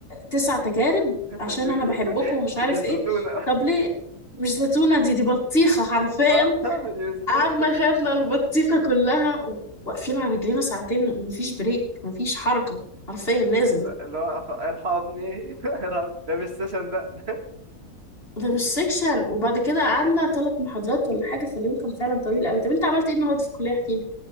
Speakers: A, on the left (about 40°); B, on the right (about 40°).
A: تسع تجارب
B: <laughs>
A: عشان
B: دي,
A: انا بحبكم ومش عارف
B: دي مش زتونة
A: ايه طب ليه مش زيتونة دي دي بطيخة حرفيا
B: <laughs> اه دي مش زتونة
A: قعدنا خدنا البطيخة كلها واقفين على رجلينا ساعتين مفيش بريك مفيش حركة حرفيا لازم
B: لا اللي هو أخ... ارحمني <laughs> ارحمني ده مش سيشن ده
A: ده مش سيكشن وبعد كده قعدنا ثلاث محاضرات ولا حاجة فاليوم كان فعلا طويل قوي طب انت عملت ايه النهارده في الكلية احكي لي